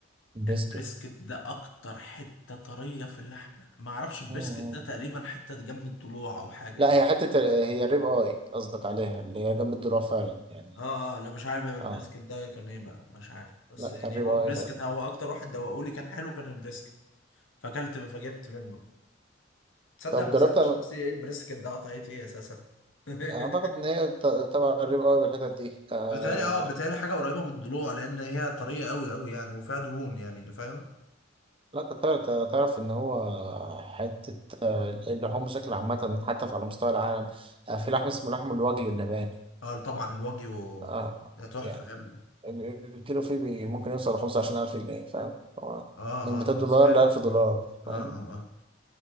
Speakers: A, on the right; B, on the left.
A: بريسكت
B: البريسكت ده اكتر حتة طرية في اللحمة ما اعرفش البريسكت
A: مم، مم.
B: ده تقريبا حتة جنب الضلوع او حاجة
A: لا
B: يعني
A: هي حتة آه، هي الريب آي قصدك عليها اللي هي جنب الدروع فعلا يعني
B: اه اه انا مش عارف يا البريسكت
A: آه
B: ده كان ايه بقى مش عارف بس
A: لا
B: يعني
A: كان ريب
B: هو
A: آي
B: بريسكت هو اكتر واحد دوقولي كان حلو كان البريسكت فاكلت فجبت منه تصدق
A: طب
B: انا ما
A: جربت
B: سالتش
A: أنا
B: نفسي ايه البريسكت ده قطعت ايه اساسا <laughs>
A: أعتقد إن هي ت- تبع الريب أوي بالحتت دي آه...
B: بتهيألي اه بتهيألي حاجة قريبة من الضلوع لأن هي طرية أوي أوي يعني وفيها دهون يعني فاهم؟
A: لا كنت تعرف تعرف إن هو حتة آه، اللحوم بشكل عامة حتى على مستوى العالم آه في لحم اسمه لحم الوجه اللباني
B: اه طبعا الواجيو
A: آه
B: ده تحفة
A: يعني
B: يا ابني
A: ال- الكيلو فيه بي ممكن يوصل لخمسة وعشرين ألف جنيه فاهم هو
B: اه
A: من 200 دولار
B: اه سمعت
A: لألف
B: الحوار
A: دولار
B: ده اه
A: فاهم
B: اه اه